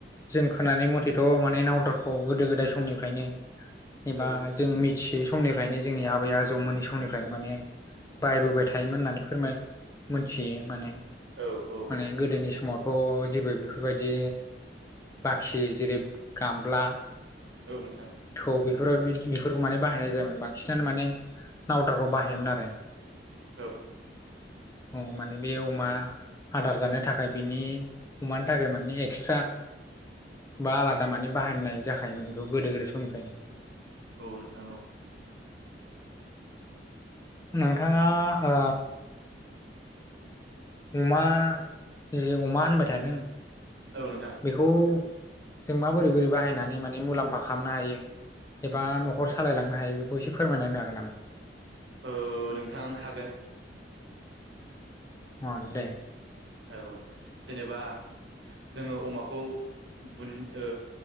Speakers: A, on the left; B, on the right.
A: जों खोनानाय मथेथ' माने नावदारखौ गोदो गोदाय समनिफ्रायनो एबा
B: औ नोंथां
A: जों मिथियै समनिफ्रायनो जोंनि आबै आजौमोननि समनिफ्रायनो माने बाहायबोबाय
B: औ नोंथां
A: थायोमोन होननानै फोरमाय मोनथियो माने
B: औ औ
A: माने
B: औ
A: गोदोनि समाव। थ' जेबो बेफोरबायदि बाखि जेरै गामला।
B: औ नोंथां
A: थ' बे <unintelligible> बेफोरखौ माने बाहायनाय जायोमोन बांसिनानो माने नावद्राखौ बाहायोमोन आरो।
B: औ।
A: औ माने बे अमा आदार जानो थाखाय बिनि अमानि थाखाय माने एक्सट्रा बा आलादा माने बाहायनाय जाखायोमोन बेखौ गोदो गोदाय समनिफायनो।
B: औ नोंथां औ।
A: नोंथाङा ओ अमा जि अमा होनबाय थादों
B: औ नोंथां
A: बेखौ जों माबोरै बोरै बाहायनानै माने मुलाम्फा खामनो हायो? एबा न'खर सालायलांनो हायो बेखौ एसे फोरमायना होनो हागोन नामा?
B: ओ नोंथां हागोन।
A: अ दे।
B: औ जेनेबा जोङो अमाखौ बुन ओ